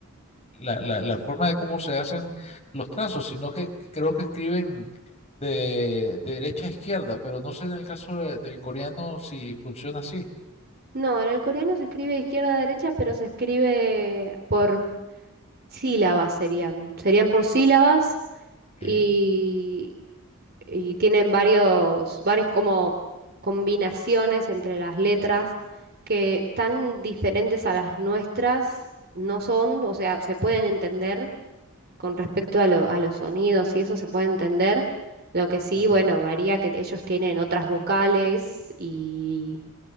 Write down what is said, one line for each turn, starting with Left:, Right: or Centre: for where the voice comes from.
Left: la- la- la- la forma de cómo se hacen los trazos, sino que creo que escriben de, de derecha a izquierda, pero no sé en el caso de- del coreano si funciona así.
Right: no, en el coreano se escribe de izquierda a derecha, pero se escribe por sílabas serían, serían por sílabas
Left: Ok,
Right: y y tienen varios, varias como combinaciones entre las letras que tan diferentes a las nuestras no son, o sea, se pueden entender con respecto a, lo- a los sonidos y eso se puede entender. Lo que sí,
Left: Ajá.
Right: bueno, varía que ellos tienen otras vocales y,